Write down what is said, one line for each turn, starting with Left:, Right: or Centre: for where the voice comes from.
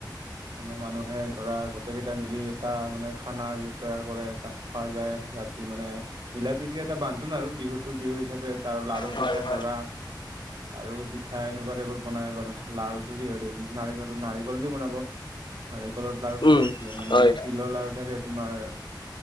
Right: মানে মানুহে ধৰা গোটেই কেইটা মিলি এটা মানে খানাৰ তৈয়াৰ কৰে তাক খোৱা যায় ৰাতি মানে। মিলা প্ৰীতিৰ এটা বান্ধোন আৰু বিহুটোৰ বিহু হিচাপে তাৰ লাৰু
Left: হয়
Right: পিঠা
Left: হয়
Right: ধৰা। আৰু পিঠা এনেকুৱা টাইপোৰ বনাই লাৰুটো কি নাৰিক নাৰিকল দি বনাব। নাৰিকলৰ লাৰু
Left: উম
Right: থাকে মানে
Left: হয়
Right: তিলৰ লাৰু থাকে তোমাৰ।